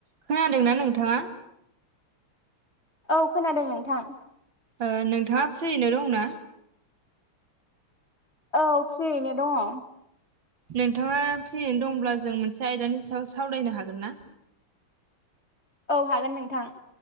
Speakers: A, on the right; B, on the left.
A: खोनादोंना नोंथाङा।
B: औ खोनादों नोंथां।
A: ओ नोंथाङा फ्रियैनो दंना
B: औ फ्रियैनो दङ'
A: नोंथाङा फ्रियैनो दंब्ला जों मोनसे आयदानि सायाव सावरायनो हागोन ना
B: औ हागोन नोंथां